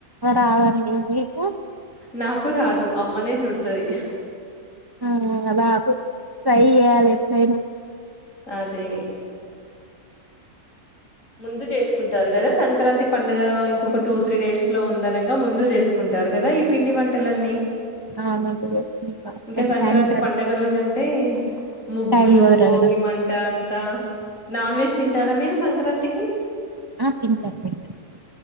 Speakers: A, on the right; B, on the left.
A: రాదండి మీకు
B: నాకు రాదు అమ్మనే చుడతది
A: ఆఆ రాదు ట్రై చేయాలి ఎప్పుడైనా
B: అదే ముందు చేసుకుంటారు కదా సంక్రాంతి పండగ ఇంకొక టూ త్రీ డేస్ లో ఉందనగా ముందు చేసుకుంటారు కదా ఈ పిండి వంటలన్నీ
A: అవును చేసుకుంటాం.
B: ఇంకా సంక్రాంతి
A: టైం దొరకదు
B: పండుగ రోజు అంటే ముగ్గులు
A: టైం కుదరదు
B: భోగి
A: కదా
B: మంట అంతా నాన్ వెజ్ తింటారా మీరు సంక్రాంతి కి
A: ఆ తింటాం తింటాం